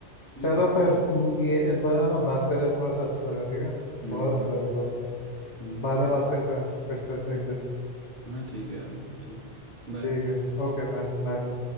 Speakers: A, on the right (about 75°); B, on the left (about 70°).
A: ठीक
B: चलो
A: है
B: फिर हम्म, ये इस बारे में ना बात करें थोड़ा सा अच्छा लगा ठीक है
A: हम्म
B: बहुत अच्छा लगा इस बारे में
A: हम्म
B: बाद में बात करते हैं फिर से एक दिन
A: हाँ ठीक है यार ठीक है बाय
B: ठीक है Okay bye bye bye